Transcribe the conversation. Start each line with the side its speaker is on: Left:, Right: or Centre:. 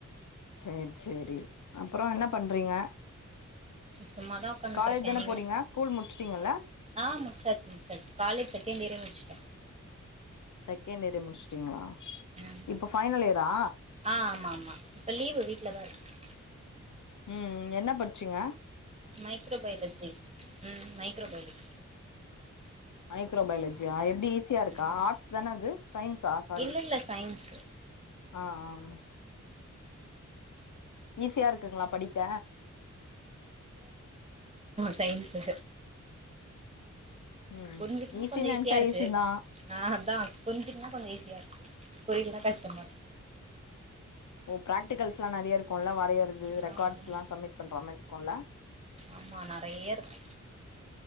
Left: செரி செரி அப்புற என்ன பண்றீங்க
Right: சும்மாதா உக்காந்ட்டுருக்கே
Left: காலேஜ் தான
Right: நீங்க
Left: போறீங்க ஸ்கூல் முடிச்சுட்டீங்கல்ல
Right: ஆ முச்சாச்சி முச்சாச்சி காலேஜ் செ கேண்டியரே முச்சிட்ட
Left: செகண்டியரே முடிச்சிட்டிங்களா
Right: ம்
Left: இப்ப பைனல் இயர் தா
Right: ஆ ஆமா ஆமா இப்ப லீவு வீட்லதா இருக்க
Left: உம்ம் என்ன பச்சிங்க
Right: மைக்ரோபைலஜி ம் மைக்ரோபைலஜி
Left: மைக்ரோபைலஜியா எ ஈஸியா இருக்கா
Right: ம்
Left: ஆர்ட்ஸ் தானே அது சைன்ஸா சாரி
Right: இல்ல இல்ல சயின்ஸு
Left: ஆஹ் ஆஹ் உம் ஈஸியா இருக்குங்களா படிக்க
Right: சைன்ஸ்சு
Left: ம்
Right: புரிஞ்சுக்குனா
Left: ஈஸின்னு
Right: கொஞ்சம் ஈஸியா
Left: நெனச்சா
Right: இருக்கு
Left: ஈஸி தா
Right: ஆஹ் அத்தான் புரிஞ்சுக்குனா கொஞ்சம் ஈஸி புரிலன்னா கஷ்டமா இருக்கு
Left: ஓ பிராக்டிகல்ஸ்லாம் நிறைய இருக்கும் வரைய து
Right: ஆ
Left: ரெக்கார்ட்ஸ்
Right: ஆமா
Left: எல்லாம் சமிட் பண்ற மாரி கொள்ள
Right: ஆமா நறைய இருக்கு